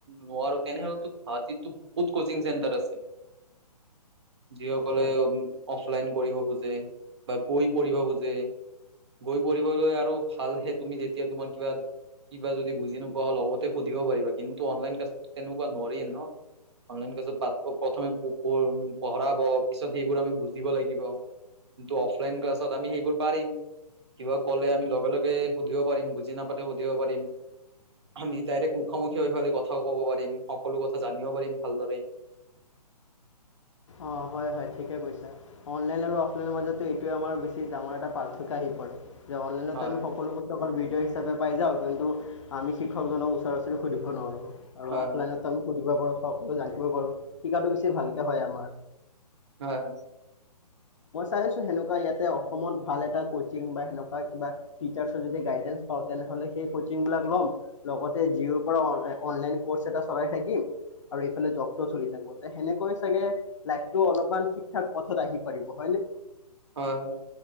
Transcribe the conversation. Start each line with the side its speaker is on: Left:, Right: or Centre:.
Right: নোৱাৰো তেনেহলেতো গুৱাহাটীততো বহুত কচিং চেণ্টাৰ আছে যিসকলে
Left: হয়
Right: উ অফলাইন কৰিব খোজে বা গৈ পঢ়িব খুজে গৈ পঢ়িবলৈ আৰু ভালহে তুমি যেতিয়া তোমাৰ কিবা কিবা যদি বুজি নোপোৱা লগতে সুধিব পাৰিবা। কিন্তু অনলাইন ক্লাছত তেনেকুৱা নোৱাৰি ন। অনলাইন ক্লাছত পা প্ৰথমে পঢ়াব পিছত সেইবোৰ আমি বুজিব লাগিব কিন্তু অফ- লাইন ক্লাছত আমি সেইবোৰ পাৰিম। কিবা ক'লে আমি লগে লগে সুধিব পাৰিম বুজি নাপালে সুধিব পাৰিম আমি ডাইৰেক্ট মুখামুখি হৈ কথা ক'ব পাৰিম সকলো কথা জানিব পাৰিম ভালদৰে।
Left: অঁ হয় হয় ঠিকে কৈছা। অনলাইন আৰু অফলাইনৰ মাজতো এইটোৱে আমাৰ বেছি ডাঙৰ এটা পাৰ্থক্য আহি পৰে। যে অনলাইনতে
Right: হয়
Left: আমি সকলো বস্তু অকল বি- ভিডিঅ' হিচাপে পাই যাওঁ। কিন্তু আমি শিক্ষকজনক ওচৰা ওচৰি সুধিব নোৱাৰোঁ। আৰু
Right: হয়
Left: অফলাইনত আমি শিকিব পাৰো চব সকলো জানিব পাৰো শিকাটো বেছি ভালকে হয় আমাৰ।
Right: হয়
Left: মই চাইছো সেনেকুৱা ইয়াতে অসমত ভাল এটা কচিং বা সেনেকুৱা কিবা টিচাৰ্চৰ যদি গাইডেঞ্চ পাওঁ তেনেহলে সেই কচিং বিলাক ল'ম। লগতে জিঅ'ৰ পৰা অনলাইন কৰ্চ এটা চলাই থাকিম। আৰু এইফালে জবটো চলি থাকিব সেনেকৈ চাগে- লাইভটো অলপমান ঠিক ঠাক পথত আহি পৰিব হয় নে
Right: হয়